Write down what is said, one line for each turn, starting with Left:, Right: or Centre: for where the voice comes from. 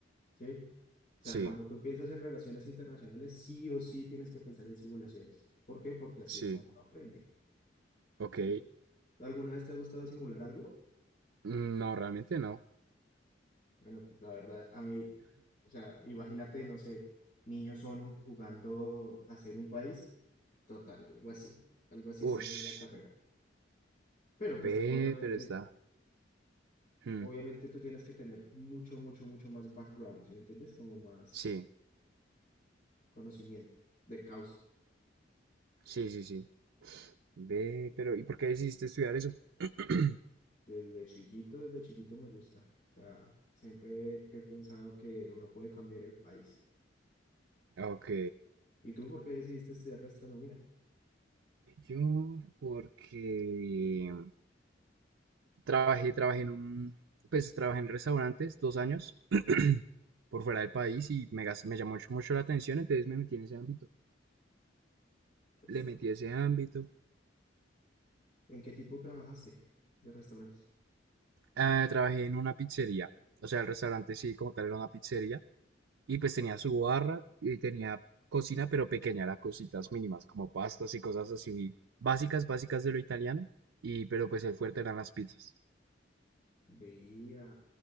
Left: ¿sí? O sea,
Right: Sí,
Left: cuando tú piensas en relaciones internacionales, sí o sí tienes que pensar en simulaciones. ¿Por qué? Porque así
Right: sí,
Left: es como uno aprende.
Right: ok.
Left: ¿Tú- ¿Alguna vez te ha gustado simular algo?
Right: Mm, No, realmente no.
Left: Bueno, pues la verdad, a mí, o sea, imagínate, no sé, niños ONU jugando a ser un país, total, algo así, algo así
Right: Ush,
Left: se me ve la carrera. Pero
Right: ve,
Left: pues obviamente,
Right: pero está. hmm,
Left: obviamente tú tienes que tener mucho, mucho, mucho más background, ¿sí me entiendes? Como más
Right: Sí.
Left: conocimiento de causa.
Right: Sí, sí, sí. Ve, pero ¿y por qué decidiste estudiar eso? <clears throat>
Left: Desde chiquito, desde chiquito me gusta. O sea, siempre he pensado que uno puede cambiar el país.
Right: Ok.
Left: ¿Y tú por qué decidiste estudiar gastronomía?
Right: Yo, porque trabajé, trabajé en un, pues trabajé en restaurantes dos años por fuera del país y me, gas- me llamó mucho, mucho la atención, entonces me metí en ese ámbito.
Left: Restaurante.
Right: Le metí ese ámbito.
Left: ¿En qué tipo trabajaste de restaurantes?
Right: Ah, trabajé en una pizzería, o sea, el restaurante sí, como tal, era una pizzería. Y pues tenía su barra y tenía cocina, pero pequeña, era cositas mínimas, como pastas y cosas así básicas, básicas de lo italiano. Y, pero pues el fuerte eran las pizzas.
Left: Veía,